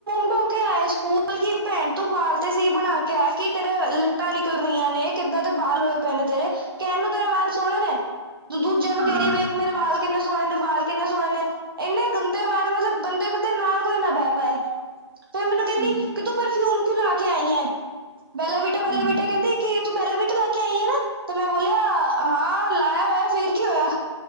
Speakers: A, on the right; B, on the right.
A: ਔ ਤੇ ਆਏ ਸਕੂਲ ਕੀ ਪੈਂਟ ਤੂੰ ਬਾਲ ਤੇ ਸਹੀ ਬਣਾ ਕੇ ਆ। ਕੀ ਤੇਰੇ ਲੱਟਾਂ ਨਿਕਲ ਰਹੀਆਂ ਨੇ, ਕਿੱਦਾਂ ਦੇ ਬਾਲ ਹੋਏ ਪਏ ਨੇ ਤੇਰੇ, ਕਹਿਣ ਨੂੰ ਤੇਰੇ ਵਾਲ ਸੋਹਣੇ ਨੇ। ਤੂੰ ਦੂਜੇ ਨੂੰ
B: ਹਾਂ
A: ਕਹ ਰਈ ਵੇਖ ਮੇਰੇ ਵਾਲ ਕਿੰਨੇ ਸੋਹਣੇ ਨੇ ਬਾਲ, ਕਿੰਨੇ ਸੋਣੇ ਨੇ। ਇੰਨੇ ਗੰਦੇ ਵਾਲ, ਮਤਲਬ ਬੰਦੇ ਤੇ ਨਾਲ ਕੋਈ ਨਾ ਬਹ ਪਾਏ। ਫਿਰ ਮੈਨੂੰ ਕਹਿੰਦੀ
B: ਹੂੰ
A: ਕਿ ਤੂੰ ਪਰਫਿਊਮ ਤੂੰ ਲਾ ਕੇ ਆਈ ਏਂ ਬੇਲਾ ਬਿਟਾ- ਬੇਲਾ
B: ਹਾਂ
A: ਬਿਟਾ ਕਹਿੰਦੀ ਕਿ ਤੂੰ ਬੈਲਾ ਬਿਟਾ ਲਾ ਕੇ ਆਈ ਆ ਨਾ। ਤਾਂ ਮੈਂ ਬੋਲਿਆ, ਹਾਂ ਲਾਇਆ ਹੋਇਆ ਫਿਰ ਕੀ ਹੋਇਆ।